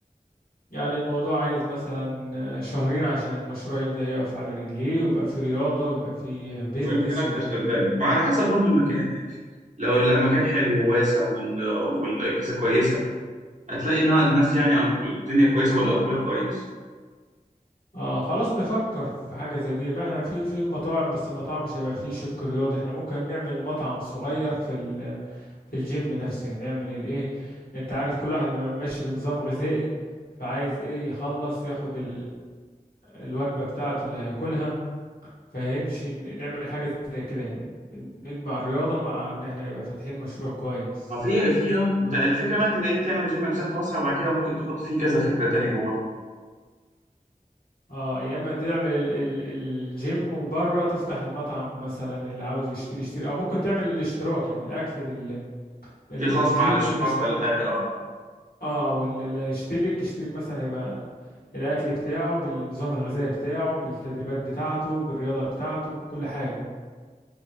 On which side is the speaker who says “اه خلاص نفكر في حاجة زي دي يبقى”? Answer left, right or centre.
Left